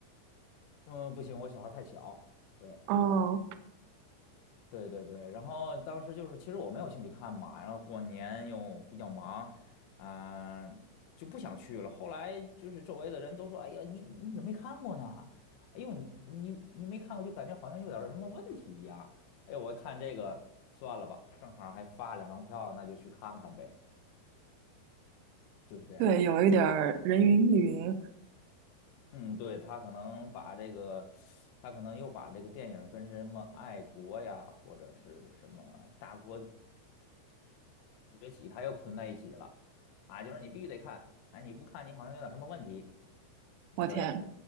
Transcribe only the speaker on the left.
嗯，不行，我小孩儿太小，对。
对对对，然后当时就是，其实我没有兴趣看嘛，然后过年又比较忙，啊、就不想去了。后来就是周围的人都说：“哎呀，你你怎么没看过呢？哎呦，你你你没看过，就感觉好像有点儿什么问题一样。”哎呀，我一看这个算了吧，正好还发两张票，那就去看看呗，就是这样。
嗯嗯，对，他可能把这个，他可能又把这个电影跟什么爱国呀，或者是什么大国。崛起，它又捆在一起了啊，就是你必须得看，哎，你不看你好像有点什么问题，
对，